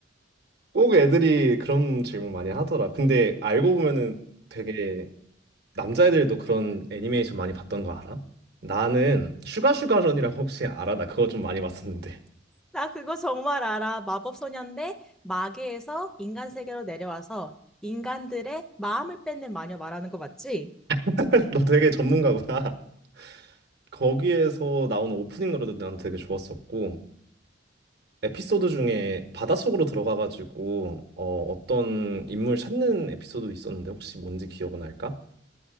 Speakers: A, on the right; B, in the centre.
A: 꼭 애들이 그런 질문 많이 하더라. 근데 알고 보면은 되게 남자애들도 그런 애니메이션 많이 봤던 거 알아? 나는 슈가슈가런이라고 혹시 알아? 나 그거 좀 많이 봤었는데.
B: 나 그거 정말 알아. 마법소녀인데 마계에서 인간 세계로 내려와서 인간들의 마음을 뺏는 마녀 말하는 거 맞지?
A: <laughs> 너 되게 전문가구나. 거기에서 나오는 오프닝 노래도 난 되게 좋았었고 에피소드 중에 바닷속으로 들어가가지고 어, 어떤 인물 찾는 에피소드 있었는데 혹시 뭔지 기억은 날까